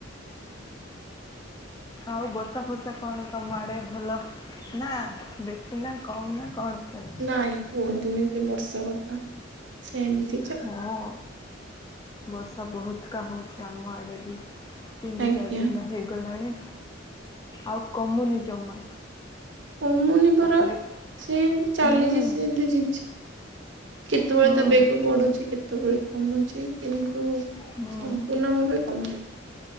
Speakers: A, on the left; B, on the right.
A: ଆଉ ବର୍ଷା ଫର୍ଷା କଣ ତମ ଆଡେ ଭଲ ନା ବେଶୀ? ସିନା କମ୍ ନା କଣ ଚାଲିଛି।
B: ନାଇଁ କୁହନ୍ତୁନି ସେ ବର୍ଷା କଥା। ସେମତି।
A: ହଁ ବର୍ଷା ବହୁତକା ହଉଛି ଆମ ଆଡ଼େ ବି। ତିନି
B: ଆଜ୍ଞା।
A: ଚାରି ଦିନ ହେଇଗଲାଣି ଆଉ କମୁନି ଜମା।
B: କମୁନି ପରା
A: ତାପରେ
B: ସେମିତି
A: ହୁଁ
B: ଚାଲିଛି ସେମତି ଝିପ ଝିପ୍ କେତେବେଳେ
A: ହୁଁ
B: ତା ବେଗ ବଢୁଛି କେତେବେଳେ କମୁଛି କିନ୍ତୁ
A: ହୁଁ
B: ସମ୍ପୂର୍ଣ୍ଣ ଭାବେ କମୁନି।